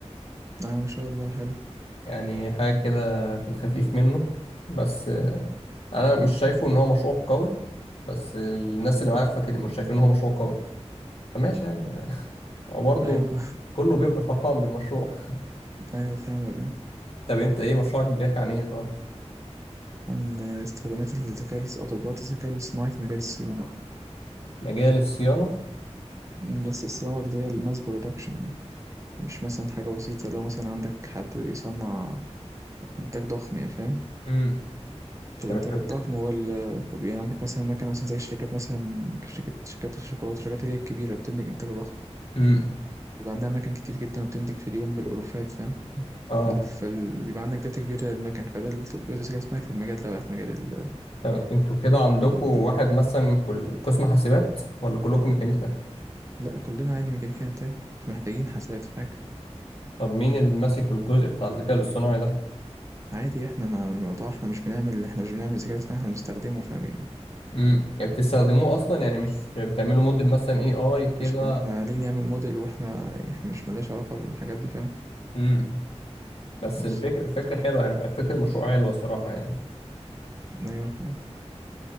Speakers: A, on the right; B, on the left.
A: اه ما شاء الله حلو
B: يعني حاجة كده في الخفيف منه بس آه، انا مش شايفه ان هو مشروع قوي بس الناس اللي معايا فاكر مش شايفين ان هو مشروع قوي فماشي يعني وبرضه
A: ايوه فاهم
B: كله بيبقى فرحان بالمشروع
A: ايوه فاهمك آه.
B: <laughs> طب انت ايه مشروعك بيحكي عن ايه طب
A: عن استخدامات الذكاء الاص- او تطبيقات الذكاء الاصطناعي في مجال الصيانه
B: مجال الصيانة
A: أمم، بس الصيانه اللي هي الماس برودكشن يعني مش مثلا حاجه بسيطه لو مثلا عندك حد بيصنع انتاج ضخم يعني فاهم
B: امم
A: في
B: طب
A: الانتاج
B: انت بت-
A: الضخم هو ال- طب يعني عندك مثلا مكنه مثلا زي شركات مثلا كشركه شركات الشوكولاته الشركات اللي هي الكبيره بتنتج انتاج ضخم
B: امم
A: بيبقى عندها مكن كتير جدا وبتنتج في اليوم بالالوفات فاهم
B: اه
A: فال... فال... بيبقى عندك داتا كبيره للمكن فده التطبيقات الذكاء الاصطناعي في المجال ده بقى في مجال ال...
B: طب انتوا كده عندكم
A: ال- الانتاج
B: واحد
A: الضخم
B: مثلا كل قسم حاسبات ولا كلكم ميكانيكا
A: لا كلنا عادي ميكانيكا انتاج مش محتاجين حسابات في حاجه
B: طب مين اللي ماسك الجزء بتاع الذكاء الاصطناعي ده
A: عادي احنا مع الموضوع احنا مش بنعمل احنا مش بنعمل ذكاء اصطناعي احنا بنستخدمه فاهم يعني
B: امم يعني بتستخدموه اصلا يعني مش بتعملوا موديل مثلا اي اي كده
A: مش احنا ما احنا عليه نعمل موديل واحنا احنا مش مالناش علاقه بالحاجات دي فاهم
B: امم بس
A: بس
B: الفكرة الفكرة حلوة يعني فكرة المشروع حلوة الصراحة يعني
A: ايوه فاهم